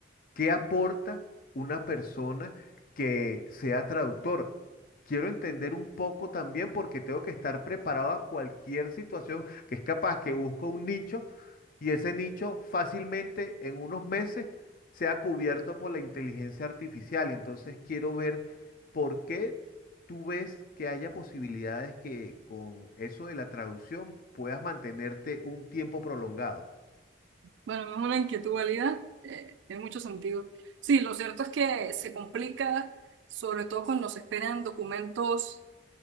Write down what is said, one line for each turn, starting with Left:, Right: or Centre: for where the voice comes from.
Left: ¿Qué aporta una persona que sea traductor? Quiero entender un poco también porque tengo que estar preparado a cualquier situación que es capaz que busco un nicho y ese nicho fácilmente en unos meses sea cubierto por la inteligencia artificial. Y entonces quiero ver por qué tú ves que haya posibilidades que con eso de la traducción puedas mantenerte un tiempo prolongado.
Right: Bueno, es una inquietud válida, eh, tiene mucho sentido. Sí, lo cierto es que se complica, sobre todo cuando se esperan documentos,